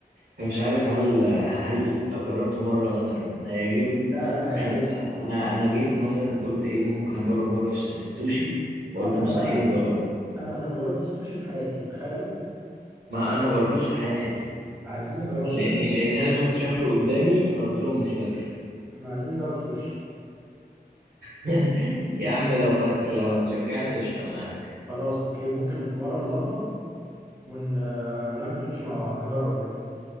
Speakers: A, on the right (about 70°); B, on the right (about 15°).
A: فمش عارف هل هل لو جربته مره مثلا هيعجبني
B: لا لا هيعجبك
A: يعني انا
B: سنة
A: انا أنا جيت مثلا قلت ايه ممكن اجرب مره الس- السوشي فقلت
B: اه
A: مستحيل
B: انا بقى
A: اجربه
B: انا مثلا ما جربتش السوشي في حياتي تخيل
A: ما انا ما جربتوش في حياتي
B: عايزين نجربه
A: لاني
B: بجد
A: لان انا شفت شكله قدامي انا قلت لهم مش واكل
B: احنا عايزين نجرب سوشي
A: <laughs> يا عم لو هت... لو هتشجعني قشطه انا معاك
B: خلاص اوكي ممكن في مره نظبط ون... آه، وناكل سوشي مع بعض نجرب كده